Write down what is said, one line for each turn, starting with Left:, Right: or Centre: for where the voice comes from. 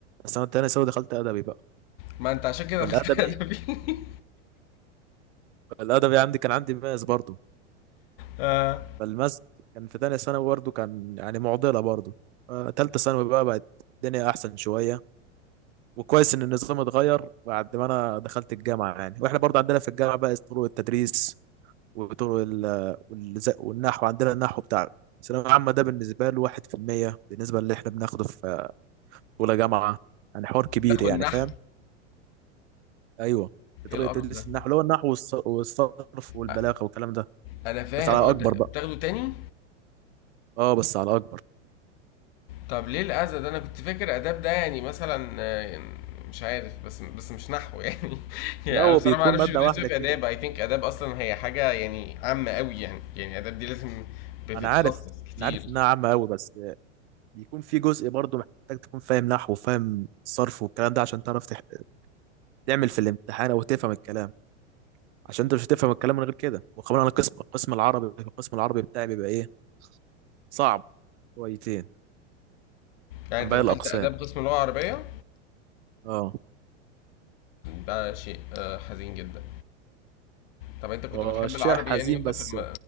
Right: السنه التانية ثانوي دخلت ادبي بقى
Left: ما انت عشان كده
Right: فالادبي
Left: دخلت ادبي <laughs>
Right: الادبي عندي كان عندي ماس برضه
Left: اه
Right: فالماس كان في تانية ثانوي برضه كان يعني معضله برضه آه، تالتة ثانوي بقى بقت الدنيا احسن شويه وكويس ان النظام اتغير بعد ما انا دخلت الجامعه يعني واحنا برضه عندنا في الجامعه بقى طرق التدريس وطرق ال- والز- والنحو عندنا النحو بتاع الثانوية العامة ده بالنسبة له واحد في المية بالنسبة اللي احنا بناخده في أولى جامعة يعني حوار كبير
Left: تاخد
Right: يعني
Left: نحو
Right: فاهم أيوه
Left: ايه
Right: طريقة
Left: القرف
Right: تدريس
Left: ده
Right: النحو اللي هو النحو والص- والصرف والبلاغة
Left: أ-
Right: والكلام ده
Left: انا فاهم
Right: بس على
Left: آه، انت
Right: أكبر
Left: بتاخده
Right: بقى
Left: تاني
Right: أه بس على أكبر
Left: طب ليه الأذى ده أنا كنت فاكر آداب ده يعني مثلًا آآ مش عارف بس بس مش نحو يعني <laughs> يعني
Right: لا هو
Left: أنا بصراحة
Right: بيكون
Left: ما أعرفش
Right: مادة
Left: بيدرسوا
Right: واحدة
Left: إيه في آداب
Right: كده
Left: I think آداب أصلًا هي حاجة يعني عامة أوي يعني، يعني آداب دي لازم بتتخصص
Right: أنا عارف
Left: كتير،
Right: أنا عارف إنها عامة أوي بس بيكون في جزء برضه محتاج تكون فاهم نحو وفاهم صرف والكلام ده عشان تعرف تح... تعمل في الامتحان أو تفهم الكلام عشان انت مش هتفهم الكلام من غير كده وكمان انا قسم القسم العربي القسم العربي بتاعي بيبقى ايه صعب شويتين
Left: يعني
Right: عن
Left: أنت
Right: باقي
Left: دخلت
Right: الاقسام
Left: آداب قسم لغة عربية؟
Right: اه
Left: ده شيء آآ حزين جدًا. طب أنت كنت
Right: وشيء
Left: بتحب العربي
Right: حزين
Left: يعني وأنت
Right: بس
Left: في الم